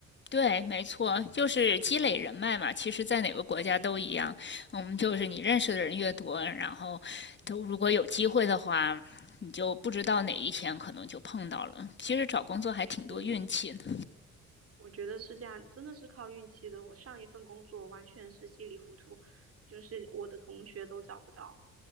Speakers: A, on the left; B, on the right.
A: 对，没错，就是积累人脉嘛。其实，在哪个国家都一样，
B: 嗯
A: 嗯，就是你认识的人越多，然后都如果有机会的话，你就不知道哪一天可能就碰到了。其实找工作还挺多运气的。
B: 嗯。我觉得是这样，真的是靠运气的。我上一份工作完全是稀里糊涂，就是我的同学都找不到，